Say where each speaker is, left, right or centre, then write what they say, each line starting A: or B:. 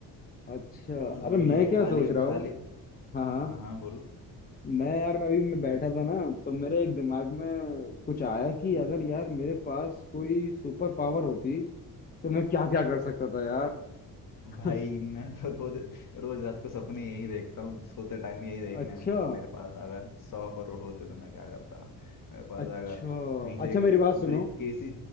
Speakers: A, on the left (about 20°); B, on the left (about 50°).
A: अच्छा
B: बस
A: अरे
B: वही
A: मैं
B: है
A: क्या
B: खाली
A: सोच रहा
B: खाली
A: हूँ हाँ हाँ
B: हाँ हाँ बोलो
A: मैं यार मैं अभी मैं बैठा था ना तो मेरे एक दिमाग में कुछ आया कि अगर यार मेरे पास कोई सुपर पावर होती तो मैं क्या क्या कर सकता था यार
B: भाई
A: <laughs>
B: मैं तो रोज रोज रात को सपने यही देखता हूँ सोते टाइम यही देखना
A: अच्छा
B: है भाई मेरे पास अगर सौ करोड़ होते तो मैं क्या करता मेरे पास
A: अच्छा
B: अगर कहीं से
A: अच्छा
B: एक
A: मेरी बात सुनो
B: ब्रीफ केस ही